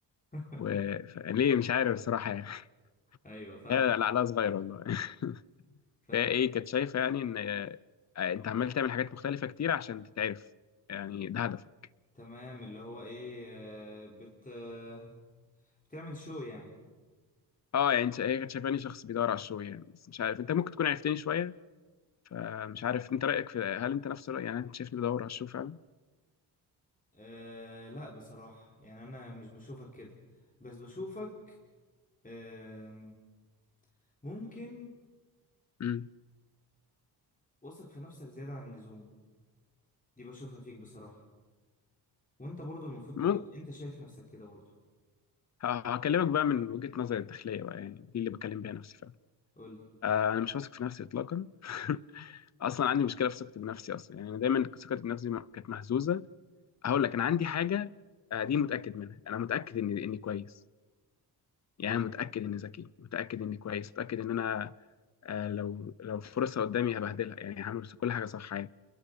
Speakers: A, on the left (about 20°); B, on the left (about 40°).
A: <laughs>
B: و... ف- يعني ليه مش عارف الصراحه يعني
A: ايوه
B: <laughs>
A: فاهمك
B: هي عقلها
A: فاهمك
B: صغير والله <laughs>
A: فاهمك.
B: فهي ايه كانت شايفه يعني ان آه، انت عمال تعمل حاجات مختلفه كتير عشان تتعرف يعني ده هدفك
A: تمام اللي هو ايه آه، بت آه، بتعمل شو يعني
B: اه يعني انت- هي كانت شايفاني شخص بيدور على الشو يعني بس مش عارف انت ممكن تكون عرفتني شويه فمش عارف انت رايك في هل انت نفس الراي يعني انت شايفني بدور على الشو فعلا
A: أه لا بصراحة يعني أنا مش بشوفك كده بس بشوفك أه ممكن
B: امم
A: واثق في نفسك زيادة عن اللزوم دي بشوفها فيك بصراحة وأنت برضو المفروض تبقى
B: ممكن
A: أنت شايف نفسك كده برضو
B: ه- هكلمك بقى من وجهه نظري الداخليه بقى يعني دي اللي بكلم بيها نفسي فعلا
A: قولي
B: آه، انا مش واثق في نفسي اطلاقا <laughs> اصلا عندي مشكله في ثقتي بنفسي اصلا يعني أنا دايما ثقتي بنفسي م- كانت مهزوزه هقول لك انا عندي حاجه آه، دي متاكد منها انا متاكد اني اني كويس يعني
A: أيوه
B: أنا متاكد اني ذكي متاكد اني كويس متاكد ان انا آه، لو لو فرصه قدامي هبهدلها يعني هعمل كل حاجه صح عادي